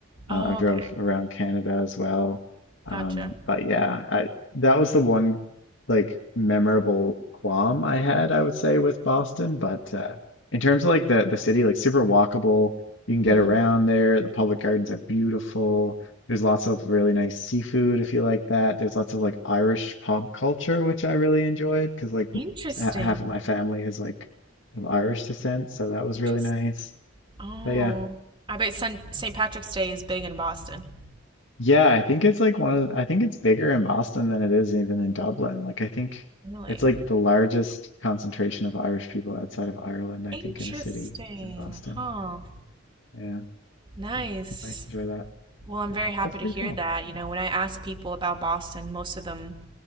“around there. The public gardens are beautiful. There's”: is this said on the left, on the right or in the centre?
Left